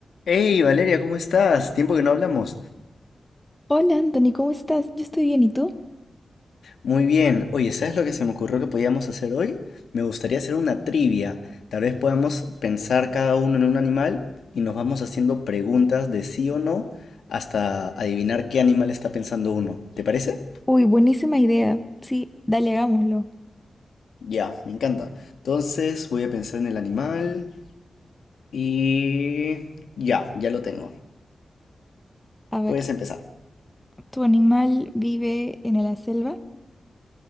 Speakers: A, on the left; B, in the centre.
A: Hey Valeria, ¿cómo estás? Tiempo que no hablamos.
B: Hola Anthony, ¿cómo estás? Yo estoy bien, ¿y tú?
A: Muy bien. Oye, ¿sabes lo que se me ocurrió que podíamos hacer hoy? Me gustaría hacer una trivia. Tal vez podamos pensar cada uno en un animal y nos vamos haciendo preguntas de sí o no hasta adivinar qué animal está pensando uno. ¿Te parece?
B: Uy, buenísima idea. Sí, dale, hagámoslo.
A: Ya, me encanta. Entonces voy a pensar en el animal y... Ya, ya lo tengo.
B: A ver,
A: Puedes empezar.
B: ¿tu animal vive en la selva?